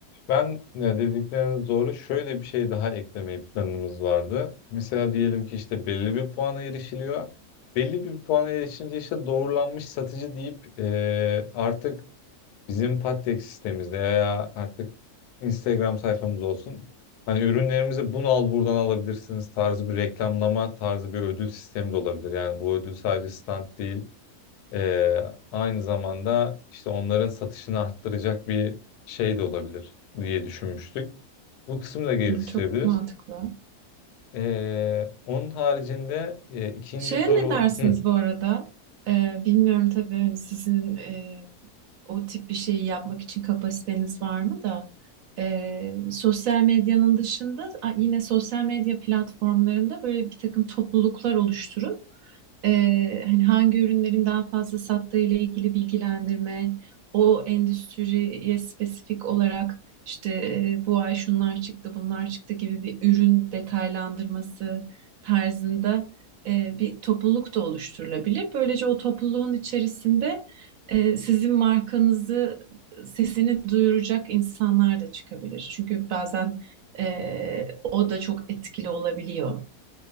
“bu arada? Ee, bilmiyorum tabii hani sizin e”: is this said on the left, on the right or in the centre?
Right